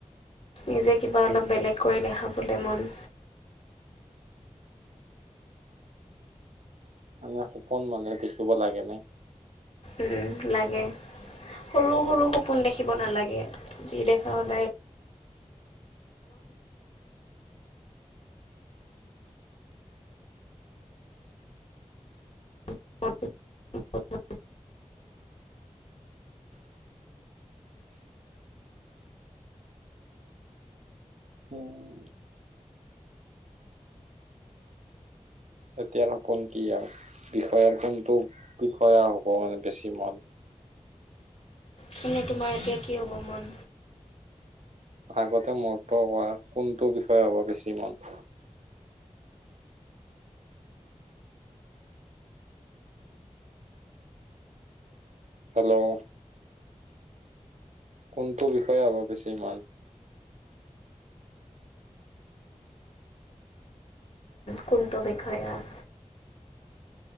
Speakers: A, on the left; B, on the right.
A: নিজে কিবা অলপ বেলেগ কৰি দেখাবলৈ মন।
B: মানে সপোন মানে দেখিব লাগেনে?
A: উম লাগে সৰু সৰু সপোন দেখিব নালাগে যি দেখা সদায়। উ,
B: উম এতিয়াৰ সপোন কি আৰু বিষয়াৰ কোনটো বিষয়া হ'ব মানে বেছি মন।
A: চনে তোমাৰ এতিয়া কি হ'ব মন।
B: আগতে মোৰটো কোৱাৰ কোনটো বিষয়ে হব বেছি মন। হেল্ল' কোনটো বিষয়ে হব বেছি ইমান।
A: খোনটো বিখ্যাত